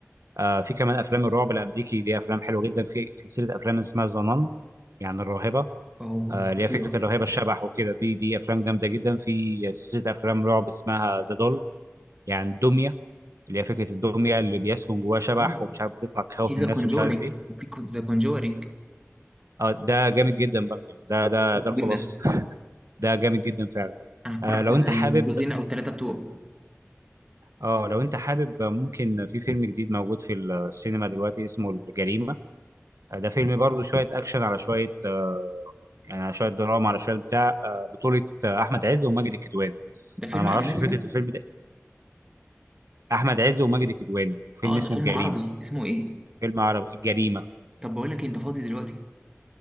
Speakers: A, on the right; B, on the right.
A: آه في كمان افلام الرعب الامريكي دي افلام حلوه جدا في سلسله افلام اسمها ذا نان يعني الراهبه
B: فهو
A: آه
B: خطيره
A: اللي هي فكره الرهيبه الشبح وكده دي دي افلام جامده جدا في سلسله افلام رعب اسمها ذا يعني الدميه اللي هي فكره الدميه اللي بيسكن جواها شبح
B: أيوة.
A: ومش عارف بتطلع تخوف
B: في ذا
A: الناس
B: كونجورينج
A: ومش عارف ايه
B: وفي ذا كونجورينج
A: اه ده جامد جدا بقى يعني ده ده ده
B: جدا
A: الخلاصه <laughs> ده جامد جدا فعلا
B: انا اتفرجت
A: آه لو
B: على
A: انت
B: الجزئين
A: حابب
B: او الثلاثه بتوعه
A: اه لو انت حابب ممكن في فيلم جديد موجود في السينما دلوقتي اسمه الجريمة آه، ده فيلم برضه شوية اكشن على شوية آه، يعني على شوية دراما على شوية بتاع آه، بطولة آه، احمد عز وماجد الكدواني
B: ده فيلم
A: انا ما
B: اجنبي
A: اعرفش فكرة
B: ده
A: الفيلم ده احمد عز وماجد الكدواني فيلم
B: اه
A: اسمه
B: ده فيلم
A: الجريمة
B: عربي اسمه ايه
A: فيلم عربي الجريمة
B: طب بقول لك إيه، انت فاضي دلوقتي